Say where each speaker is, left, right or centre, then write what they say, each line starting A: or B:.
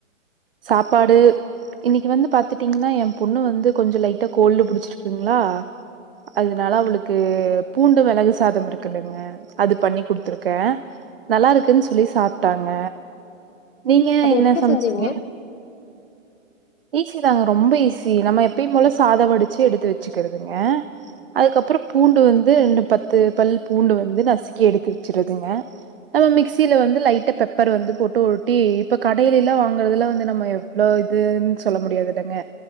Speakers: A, on the right (about 45°); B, on the left (about 65°).
A: சாப்பாடு இன்னிக்கி வந்து பாத்துட்டீங்கன்னா என் பொண்ணு வந்து கொஞ்ச லைட்டா கோல்டு புடிச்சிருக்குங்ளா அதனால அவுளுக்கு பூண்டு மெளகு சாதம் இருக்குல்லங்க அது பண்ணி குடுத்துருக்கே நல்லா இருக்குன்னு சொல்லி சாப்ட்டாங்க நீங்க
B: அத
A: என்ன
B: எப்டி
A: சமச்சீங்க
B: செஞ்சீங்க
A: ஈஸி தாங்க ரொம்ப ஈஸி நம்ம எப்பயு போல சாதம் வடிச்சி எடுத்து வச்சிக்கிறதுங்க அதுக்கப்றோ பூண்டு வந்து ரெண்டு பத்து பல் பூண்டு வந்து நசுக்கி எடுத்து வச்சிருறதுங்க நம்ம மிக்சியில வந்து லைட்ட பெப்பர் வந்து போட் டோட்டி இப்ப கடையில்லா வாங்குறதுலா வந்து நம்ம எவ்ளோ இதுன்னு சொல்ல முடியாது இல்லங்க